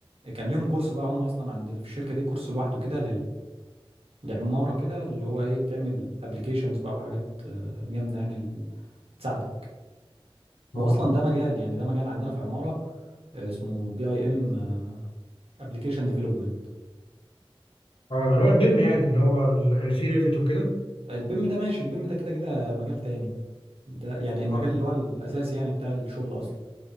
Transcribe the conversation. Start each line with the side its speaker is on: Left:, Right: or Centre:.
Right: كان ليهم كورس بقى هم اصلا عند ال- في الشركه دي كورس لوحده كده لعمارة كده اللي هو ايه بتعمل ابلكيشنز بقى وحاجات آه، جامدة يعني ال- تساعدك
Left: اه
Right: هو اصلا ده مجال يعني ده مجال عندنا في عمارة آه، اسمه بي اي ام ابلكيشن ديفلوبمنت
Left: اه اللي هو البيم يعني اللي هو ال- في ريفت وكده
Right: البيم ده ماشي البيم ده كده كده مجال تاني ده يعني المجال
Left: اه
Right: اللي هو الاساسي يعني بتاع الشغل اصلا